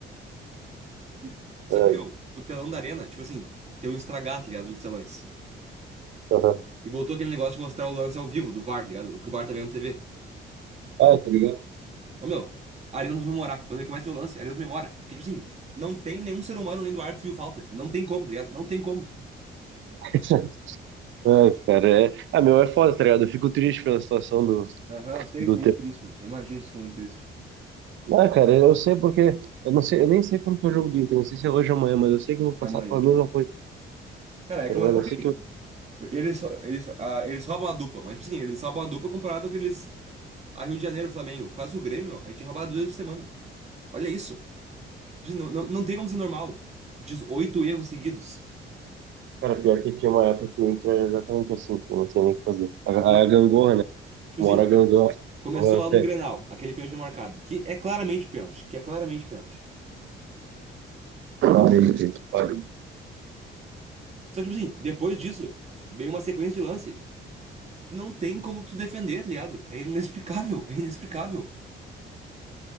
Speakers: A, on the right (about 35°); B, on the right (about 70°).
A: E- Só
B: Ai,
A: que, meu, o telão da arena, tipo assim, tem um estragado, tá ligado? Um dos telões.
B: aham.
A: E voltou aquele negócio de mostrar o lance ao vivo do VAR, tá ligado? O que o VAR tá vendo na TV.
B: Ah, tá ligado?
A: Ô, meu, Arenas memorar. Quando ele começa o lance, Arenas memora. Porque, tipo assim, não tem nenhum ser humano além do árbitro que viu falta. Não tem como, tá ligado? Não tem como.
B: <laughs> Ai, cara, é... Ah, meu, é foda, tá ligado? Eu fico triste pela situação do,
A: Aham, eu sei,
B: do
A: ficou muito triste, meu. Eu imagino que ficou muito triste.
B: Ah, cara, eu sei porque. Eu não sei, eu nem sei quando que é o jogo do Inter, não sei se é hoje ou amanhã, mas eu sei que eu vou passar
A: É amanhã.
B: pela mesma coisa,
A: Cara, é
B: tá
A: que,
B: ligado?
A: é uma- ok,
B: Eu sei que. eu-
A: Eles, só- eles, ah, eles roubam a dupla, mas, tipo assim, eles roubam a dupla comparado ao que eles. A Rio de Janeiro, Flamengo. O que faz com o Grêmio, meu? A gente rouba duas vezes por semana. Olha isso. Tipo assim, não, não, não tem como ser normal. Dezoito erros seguidos.
B: Cara, pior que tinha uma época que o Inter era exatamente assim, filho, não sei nem o que fazer. A, a,
A: De-
B: a gangorra, né?
A: tipo
B: Uma
A: assim,
B: hora a gangorra.
A: começou
B: Olha,
A: lá
B: filho,
A: no Grenal, aquele pênalti marcado, que é claramente pênalti, que é claramente pênalti.
B: olha.
A: Só que, tipo assim, depois disso, vem uma sequência de lance que não tem como tu defender, tá ligado? É inexplicável, é inexplicável.